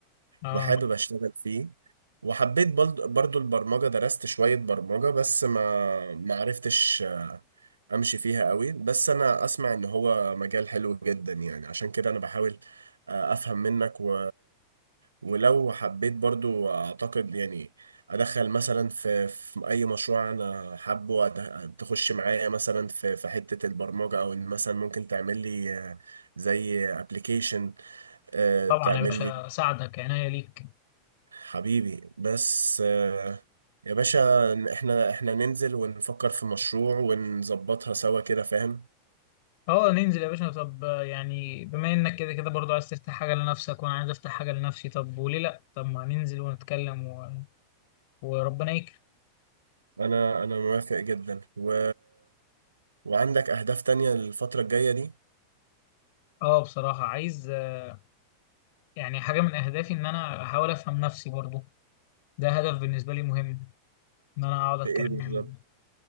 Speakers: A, on the left; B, on the right.
A: اه
B: وحابب اشتغل فيه وحبيت برضو, برضو البرمجة درست شوية برمجة بس ما ما عرفتش آه، امشي فيها قوي بس انا اسمع ان هو مجال حلو جدا يعني عشان كده انا بحاول آه، افهم منك و... ولو حبيت برضو اعتقد يعني ادخل مثلا في, في اي مشروع انا حابه أد- تخش معايا مثلا في في حتة البرمجة او ان مثلا ممكن تعمل لي آه، زي ابلكيشن
A: طبعا
B: تعمل
A: يا باشا
B: لي
A: اساعدك عناية ليك
B: حبيبي بس آه، يا باشا احنا احنا ننزل ونفكر في مشروع ونظبطها سوا كده فاهم
A: اه ننزل يا باشا طب آه، يعني بما انك كده كده برضو عايز تفتح حاجة لنفسك وانا عايز افتح حاجة لنفسي طب وليه لا طب ما ننزل ونتكلم و... وربنا يكرم
B: انا انا موافق جدا و... وعندك اهداف تانية الفترة الجاية دي
A: اه بصراحة عايز آه، يعني حاجة من اهدافي ان انا احاول افهم نفسي برضو ده هدف بالنسبة لي مهم ان انا اقعد اتكلم
B: في ايه بالظبط